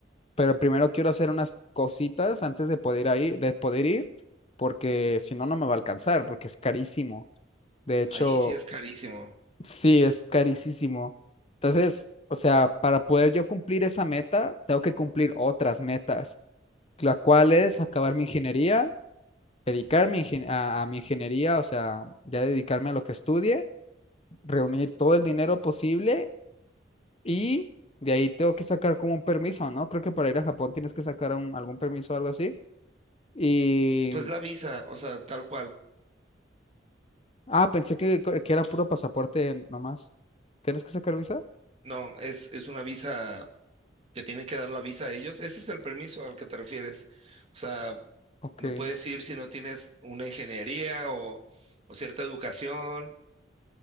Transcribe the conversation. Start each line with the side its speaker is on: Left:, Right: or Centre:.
Left: pero primero quiero hacer unas cositas antes de poder ir ahí, de poder ir, porque si no, no me va a alcanzar, porque es carísimo. De hecho,
Right: Ahí sí es carísimo.
Left: Sí, es carísimo. Entonces, o sea, para poder yo cumplir esa meta, tengo que cumplir otras metas, la cual es acabar mi ingeniería, dedicarme ingen- a, a mi ingeniería, o sea, ya dedicarme a lo que estudie, reunir todo el dinero posible y de ahí tengo que sacar como un permiso, ¿no? Creo que para ir a Japón tienes que sacar un- algún permiso o algo así. Y,
Right: Pues la visa, o sea, tal cual.
Left: ah, pensé que, que era puro pasaporte nomás. ¿Tienes que sacar visa?
Right: No, es, es una visa te tienen que dar la visa a ellos. Ese es el permiso al que te refieres. O sea,
Left: Ok,
Right: no
Left: qué
Right: puedes ir si no tienes una ingeniería o, o cierta educación.